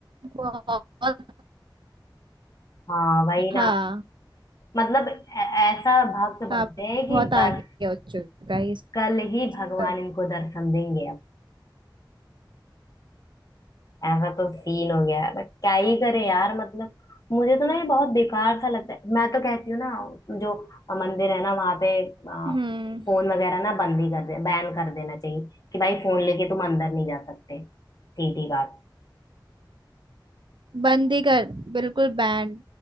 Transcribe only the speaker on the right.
बहुत
हाँ
हाँ
बहुत आगे
हो चुका है इस
तरह
हम्म
बंदी कर बिल्कुल बैंड